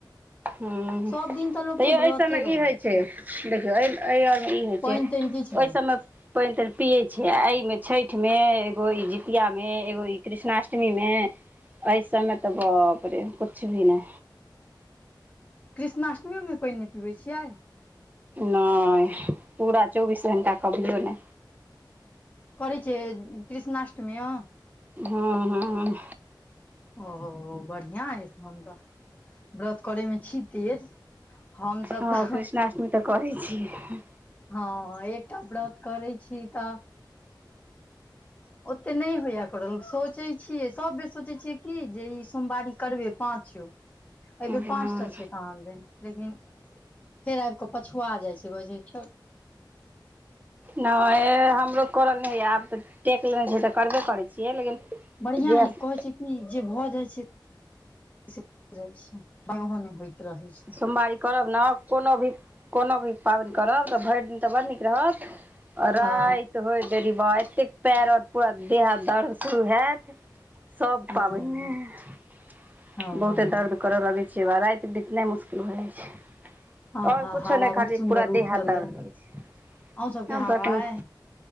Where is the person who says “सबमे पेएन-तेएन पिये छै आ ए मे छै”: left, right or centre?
Right